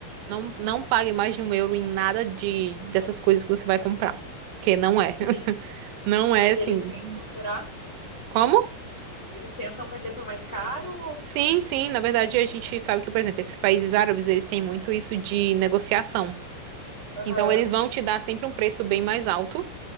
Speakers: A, on the right (about 85°); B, on the left (about 80°).
A: Não, não pague mais de um euro em nada de dessas coisas que você vai comprar. Porque não é.
B: Sim.
A: <laughs> Não é
B: E
A: assim.
B: eles tentam, será?
A: Como?
B: Eles tentam vender por mais caro?
A: Sim, sim. Na verdade, a gente sabe que, por exemplo, esses países árabes, eles têm muito isso de negociação.
B: Aham.
A: Então, eles vão te dar sempre um preço bem mais alto,